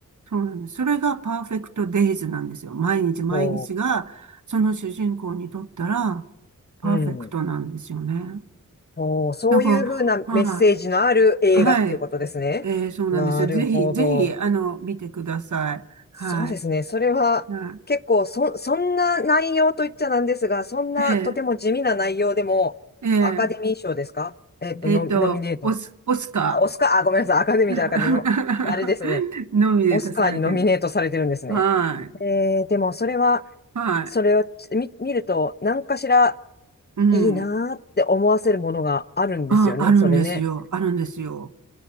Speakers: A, on the right (about 60°); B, on the left (about 30°).
A: そうなんです。それがパーフェクトデイズなんですよ。毎日毎日が、
B: ほ
A: その主人公にとったら、パーフェクトなんですよね。
B: う、うん。ほう、そういうふうなメッセージのある映画っていうことですね。
A: だから、はい。はい。えーそうなんですよ。
B: なるほど。
A: ぜひ、ぜひ、あの、見てください。はい。
B: そうですね。それは結構そ、
A: は
B: そんな内容といっちゃなんですが、そんなとても地味な内容でも、
A: い、えー、え
B: アカデミー賞ですかえっと、
A: ー、えーと、
B: ノミ、ノミネート。
A: オス、オスカ
B: あ、オスカー、あ、ごめんなさい。アカデミーじゃなかったの。
A: ー <laughs>
B: あれですね。
A: ノミネートされてる。
B: オスカーにノミネートされてるんですね。
A: はい。
B: えーでもそれは、
A: はい。
B: それを見、見ると、何かしら
A: うん。
B: いいなーって思わせるものがあるんですよね。
A: あ、あるんですよ。
B: それね。
A: あるんですよ。